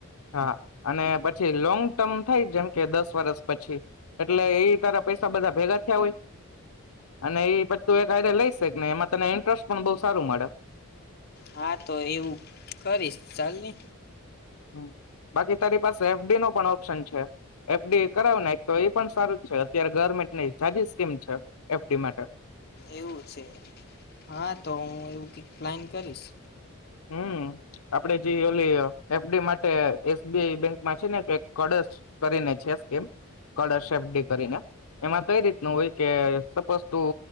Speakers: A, on the left; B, on the left.
A: હા અને પછી લોંગ ટર્મ થાય જેમ કે દસ વરષ પછી એટલે એ તારા પૈસા બધા ભેગા થયા હોય અને એ <unintelligible> તું એાય લઈ શને એમાં તને ઇન્ટરેસ્ટ પણ બઉ સારું મળે.
B: હા તો એવું કરીશ ચાલ ને
A: <unintelligible> બાકી તારી પાસે એફડી નો પણ ઓપ્શન છે, એફડી કરાવ ને તો એ પણ સારું છે, અત્યારે ગવર્મેન્ટની જાઝ સ્કીમ છે, એફડી માટે
B: એવું છે હા તો હું એવું <unintelligible> પ્લાન કરીશ.
A: હમ આપડે જે <unintelligible> એફડી માટે એસબીઆઈ બેંકમાં છે, ને કે કળશ કરીને છે સ્કીમ કળશ એફડી કરીને એમાં કઈ રીતનું હોય કે સપોઝ તું